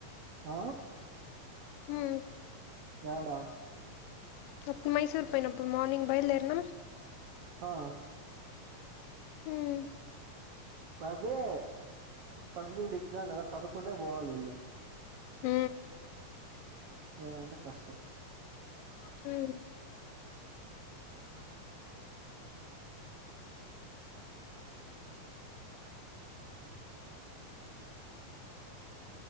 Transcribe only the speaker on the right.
ఆ!
ఎడా?
హా.
పదే పన్నేండు ఎగ్జామ్ కదా పదకొండే పోవాలీల్లు
లేదంటే కష్టం